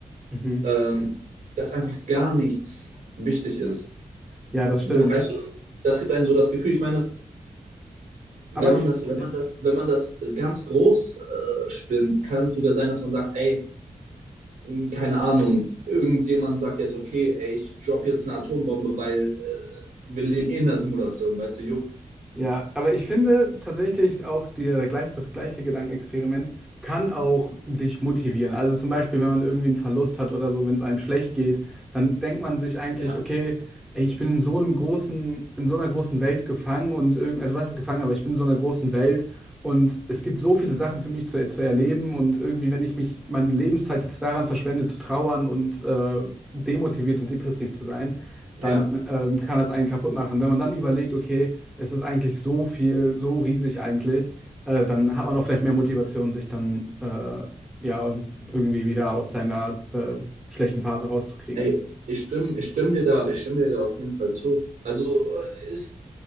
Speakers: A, in the centre; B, on the right.
A: Mhm.
B: ähm, dass einfach gar nichts wichtig ist.
A: Ja, das
B: Weißt
A: stimmt.
B: du, das gibt einem so das Gefühl, ich meine, wenn
A: Aber
B: man
A: ich,
B: das, wenn
A: ja.
B: man das, wenn man das ganz groß äh, spinnt, kann es sogar sein, dass man sagt, ey, mh, keine Ahnung, irgendjemand sagt jetzt, okay, ey, ich drop jetzt eine Atombombe, weil äh, wir leben eh in einer Simulation, weißt du, juckt.
A: Ja, aber ich finde tatsächlich auch die, gleich, das gleiche Gedankenexperiment kann auch dich motivieren. Also zum Beispiel, wenn man irgendwie einen Verlust hat oder so, wenn es einem schlecht geht, dann denkt man sich eigentlich,
B: Ja,
A: okay, ey, ich bin in so einem großen, in so einer großen Welt gefangen und irgend, also was ist gefangen, aber ich bin in so einer großen Welt und es gibt so viele Sachen für mich zu, zu erleben und irgendwie, wenn ich mich meine Lebenszeit jetzt daran verschwende, zu trauern und äh, demotiviert und depressiv zu sein,
B: ja.
A: dann ähm, kann das einen kaputt machen. Wenn man dann überlegt, okay, es ist eigentlich so viel, so riesig eigentlich, äh, dann hat man auch vielleicht mehr Motivation, sich dann äh, ja irgendwie wieder aus seiner äh, schlechten Phase rauszukriegen.
B: Ey, ich stimme, ich stimme dir da, ich stimme dir da auf jeden Fall zu. Also äh, ist,